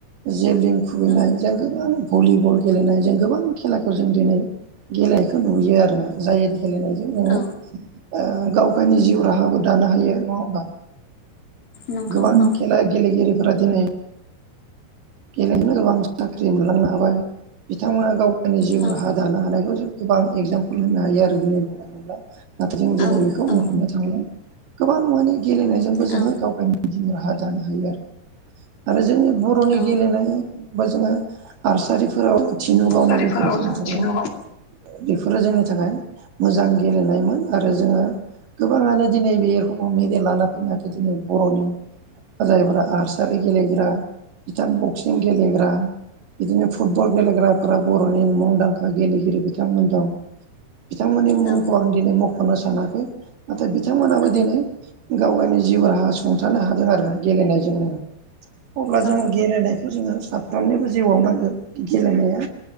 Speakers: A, on the right; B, on the left.
A: जेबलिं खुबैनाय
B: औ
A: जों गोबां भलिबल गेलेनाय जों गोबां खेलाखौ जों दिनै गेलेनायखौ नुयो आरो जाय गेलेनायजों ओ नोङो
B: औ
A: गाव गायनि जिउ राहाबो दा हायो नङा होनबा
B: नंगौ
A: गोबां
B: औ
A: खेला गेलेगिरिफोरा दिनै गेलेनो गोबां साख्रि मोनलांनो हाबाय बिथांमोना गाव गावनि जिउ
B: औ
A: राहा दानो हानायखौ जों गोबां एगजामपोल होनो हायो आरो दिनै बुंन थोब्ला नाथाय जों दिनै
B: औ
A: बेखौ बुंहरनो
B: औ
A: थांला गोबां माने गेलेनायजोंबो
B: औ
A: जोङो गाव गावनि जिं राहा दानो हायो आरो आरो जोंनि बर'नि
B: औ
A: गेलेनाय बा जोङो आबसारिफोराव थिनु गावनो
B: जारिफोराव
A: बेफोरो जोंनि
B: जों
A: थाखाय
B: थिनहरबाव
A: बेफोरो जोंनि
B: औ
A: थाखाय मोजां गेलेनायमोन आरो जोङो गोबाङानो दिनै बे रखमाव मेडेल लाना फैनो हादों दिनै बर'नि जायफोरा आबसारि गेलेग्रा बिथां बक्सिं गेलेग्रा बिदिनो फुटबल गेलेग्राफोरा बर'नि मुंदांखा गेलेगिरि बिथांमोन दं बिथांमोननि मुंखौ
B: औ
A: आं दिनै मख'नो सानाखै नाथाय बिथांमोनाबो
B: औ
A: दिनै गाव गावनि जिउ राहा सुंथानो हादों आरो गेलेनायजोंनो अब्ला
B: औ
A: जों गेलेनायखौ जोङो साफ्रोमनिबो जिउआव नांगोन गेलेनाया